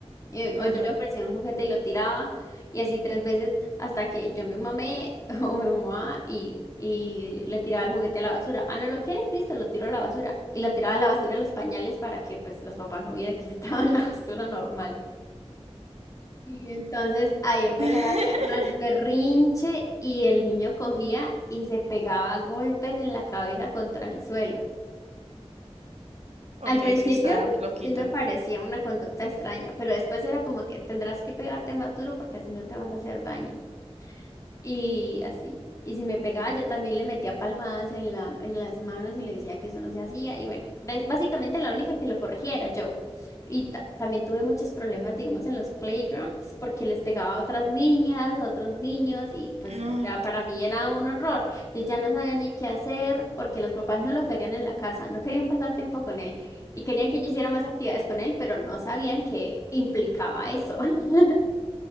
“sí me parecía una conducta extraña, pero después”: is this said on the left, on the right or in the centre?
Left